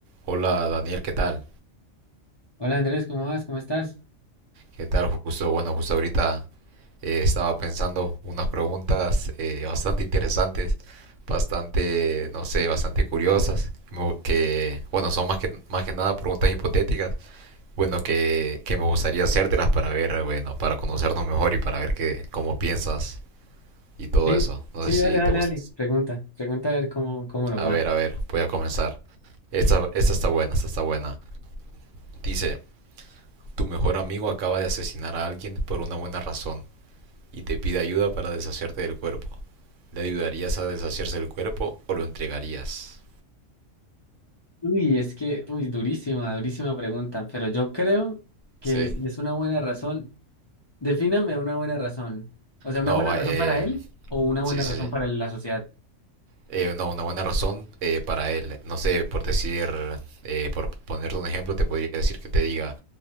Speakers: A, on the right (about 75°); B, on the left (about 40°).
A: Hola Daniel, ¿qué tal?
B: Hola Andrés, ¿cómo vas? ¿Cómo estás?
A: ¿Qué tal? Justo, bueno, justo ahorita eh, estaba pensando unas preguntas eh, bastante interesantes, bastante, no sé, bastante curiosas, como que, bueno, son más que, más que nada preguntas hipotéticas, bueno, que, que me gustaría hacértelas para ver, eh, bueno, para conocernos mejor y para ver qué, cómo piensas y todo
B: Sí,
A: eso. No
B: sí,
A: sé si
B: dale, dale,
A: te gusta.
B: dale. Pregunta, pregunta a ver cómo, cómo nos
A: A
B: va.
A: ver, a ver, voy a comenzar. Esta, esta está buena, esta está buena. Dice, tu mejor amigo acaba de asesinar a alguien por una buena razón. y te pide ayuda para deshacerte del cuerpo. ¿Le ayudarías a deshacerse del cuerpo o lo entregarías?
B: Uy, es que, uy, durísima, durísima pregunta, pero yo creo que
A: ¿Sí?
B: si es una buena razón, defíname una buena razón. O sea, ¿una
A: No,
B: buena
A: va,
B: razón
A: eh,
B: para él o una buena
A: sí, sí,
B: razón
A: sí.
B: para la sociedad?
A: Eh, no, una buena razón eh, para él. No sé, por decir, eh, por ponerte un ejemplo, te podría decir que te diga,